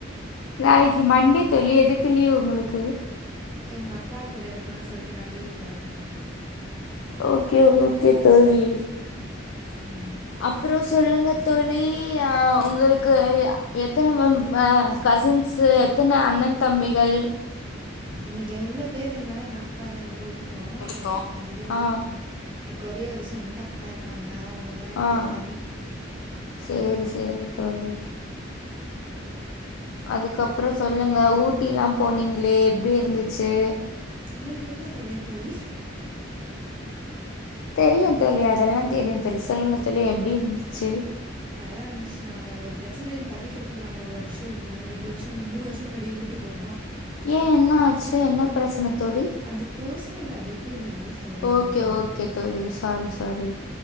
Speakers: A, on the left (about 80°); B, on the right (about 25°).
A: நாளைக்கு மண்டே தோழி எதுக்கு லீவ் உங்களுக்கு
B: எங்க அக்கா கூட இருக்கணும் சொல்லிட்டு நான் லீவ் போட போறேன் தோழி
A: ஓக்கே ஓக்கே தோழி
B: உம்
A: அப்புறோ சொல்லுங்க தோழி ஆ உங்களுக்கு எத்தன கசின்ஸு எத்தன அண்ணன் தம்பிகள்
B: எனக்கு எவ்வளவு பேர் இருந்தாலும் எங்க அக்கா தான் ரொம்ப புடிக்கும்
A: புடிக்கு
B: க்கும் எனக்கு வந்து
A: ஆ
B: ஒரே ஒரு சொந்த அக்கா இருக்காங்க அவங்க தான் எனக்கு
A: ஆஹ்
B: எல்லாமே
A: செரி செரி தோழி அதுக்கப்புறம் சொல்லுங்க ஊட்டிலாம் போனீங்களே எப்டி இருந்துச்சு
B: உங்களுக்கு எப்டி தெரியும் தோழி
A: தெரியும் தோழி அதெல்லாம் தெரியும் தோழி சொல்லுங்க தோழி எப்டி இருந்துச்சு
B: நல்லா இருந்துச்சு நாங்க ஒரு பிரச்சனே தபிக்கிறதுக்கு நாங் ஒரு வருஷோ முன்ன ரெண்டு வருஷோ மூணு வருஷோ முன்னாடி ஊட்டி போன்
A: ஏ என்ன ஆச்சு என்ன பிரச்சன தோழி
B: அதுப்பூஸ் துல்ல அது எப்டி உங்க கிட்ட சொல்றது
A: ஓகே
B: தோழி
A: ஓகே தோழி சாரி சாரி